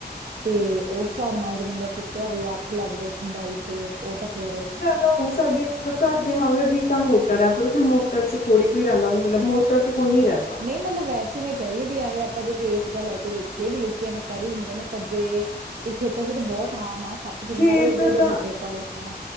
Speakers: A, on the right; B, on the left.
A: ਤੇ ਓਸ ਸ੍ਹਾਬ ਨਾਲ ਜੇ ਬੰਦਾ ਸੁੱਤੇਆ ਹੋਵੇ ਆੱਖ ਲਾੱਗ ਜੇ ਠੰਡਾਈ ਚ, ਤੇ ਓ ਤਾਂ ਫੇਰ
B: ਤਾ ਓ ਸਾਡੇ ਮਤਲਬ ਘਾਰ ਦੇ ਮਗਰ ਹੀ ਤਾਂ ਮੋਟਰ ਐ, ਫਿਰ ਉਥੇ ਮੋਟਰ ਚ ਥੋੜੀ ਕੋਈ ਰੈਂਦਾ ਹੂੰ ਮਲਬ ਮੋ ਤਤ ਕੋਈ ਨੀ ਰੈਂਦਾ।
A: ਨਹੀਂ ਮਤਲਬ ਵੈਸੇ ਮੈਂ ਕੈ ਰੀ ਏ ਵੀ ਐਵੇਂ ਆਪਾਂ ਜੇ ਕੇਸ ਜਾ ਲੈ ਕੇ ਵੇਖੀਏ, ਵੀ ਲੋਕੀ ਐਵੇਂ ਕਾਰ ਲੀਂਦਾ ਨਾ ਪਰ ਜੇ ਵੀ ਖੇਤਾਂ ਚ ਤੇ ਬੋਤ ਹ੍ਰਾਮ ਆ, ਸਾੱਪ-ਸੂਪ,
B: ਖੇਤ
A: ਨਾਲੇ ਏਡੇ-ਏਡੇ
B: ਤਾਂ
A: ਵੱਡੇ ਕਾਲੇ ਸ਼ਾ